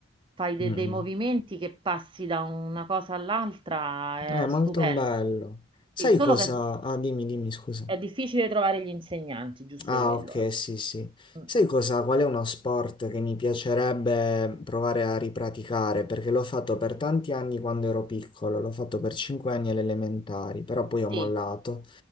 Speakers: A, on the right; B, on the left.
A: fai de-
B: Mm,
A: dei movimenti che passi da una cosa all'altra,
B: mm. È molto
A: è stupendo.
B: bello. Sai
A: Sì, solo
B: cosa?
A: che è, di-
B: Ah, dimmi, dimmi, scusa.
A: è difficile trovare gli insegnanti, giusto
B: Ah,
A: quello.
B: ok, sì, sì.
A: Mm,
B: Sai cosa? Qual è uno sport che mi piacerebbe provare a ripraticare? Perché l'ho fatto per tanti anni quando ero piccolo, l'ho fatto per 5 anni alle elementari, però poi ho mollato.
A: Sì,